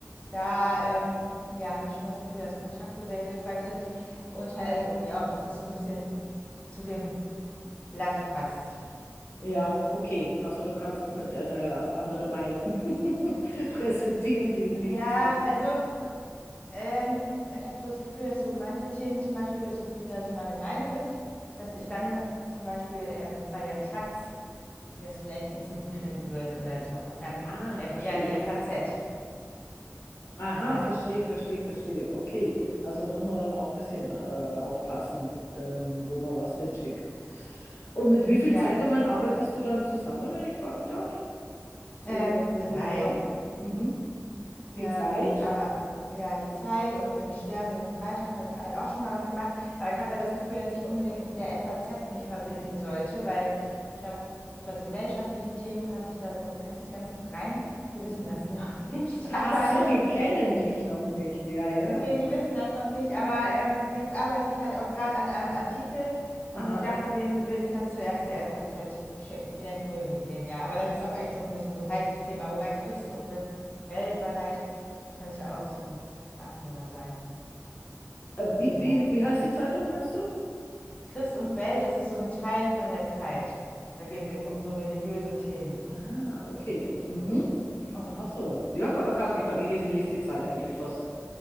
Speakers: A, on the left (about 25°); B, on the left (about 50°).
A: da ähm, ja, habe ich schon das Gefühl, dass Kontakte sehr hilfreich sind und halt irgendwie auch, dass das so ein bisschen zu dem Blatt passt.
B: Ja, okay. Also du kannst jetzt nicht eine andere Meinung <laughs> präsentieren, die nicht
A: Ja,
B: so.
A: also Ähm, ich habe so das Gefühl, dass so manche Themen zum Beispiel, so wie da so meine Meinung ist, dass ich dann zum Beispiel ähm, bei der Taz, die das vielleicht nicht so gut finden würden oder so, und dann
B: Ah,
A: vielleicht
B: verstehe.
A: eher die FAZ.
B: Aha,
A: Ja,
B: verstehe, verstehe, verstehe. Okay. Also muss man dann auch ein bisschen äh, aufpassen, ähm, wo man was hinschickt. Und mit wie vielen
A: ja,
B: Zeitungen arbeitest du dann zusammen, wenn ich fragen darf? So
A: äh, mit
B: auf regulärer.
A: drei.
B: Mhm. Die
A: Ähm,
B: Zeit?
A: aber ja, die Zeit und für den Stern und den Freitag habe ich halt auch schon mal was gemacht. Aber ich habe ja das Gefühl, dass ich unbedingt mit der FAZ mich verbinden sollte, weil ich glaube, bei so gesellschaftlichen Themen passe ich da so eigentlich ganz gut rein. Die wissen
B: Mhm.
A: das <laughs> noch nicht, aber
B: Ach so,
A: ähm,
B: die kennen dich noch nicht. Ja, ja.
A: Ne, die wissen das noch nicht, aber, ähm, jetzt arbeite ich halt auch gerade an einem Artikel
B: Aha.
A: und ich dachte, den will ich dann zuerst der FAZ schicken. Vielleicht mögen die den ja, aber das ist auch echt so ein bisschen so ein heikles Thema, wobei Christ und Welt bei Zeit könnte auch so 'n Abnehmer sein,
B: Äh, wie, wie,
A: ja.
B: wie heißt die Zeitung, meinst du?
A: Christ und Welt, das ist so ein Teil von der Zeit. Da geht's eben um so religiöse Themen
B: Ah, okay. Mhm.
A: und
B: Ach so. Ja, ka- kannte ich gar nicht. Ich lese die Zeit eigentlich fast.